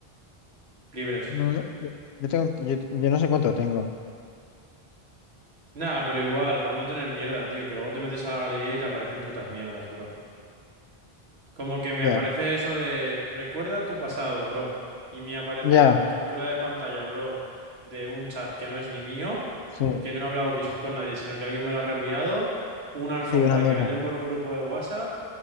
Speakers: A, on the right; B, on the left.
A: libres.
B: No, no, yo yo tengo, yo, yo no sé cuánto tengo.
A: Nada, pero igual, por no tener mierda, tío, que luego te metes a la galería y te
B: Sí.
A: aparecen putas mierdas, bro. Como que me
B: Ya,
A: aparece eso de recuerda tu pasado, bro. Y me aparece
B: ya,
A: una captura de pantalla, bro, de un chat que no es ni mío,
B: sí,
A: que no he hablado <laughs> yo con nadie, sino que alguien me lo ha reenviado, una alfombra
B: sí, una mierda.
A: que venden por un grupo de WhatsApp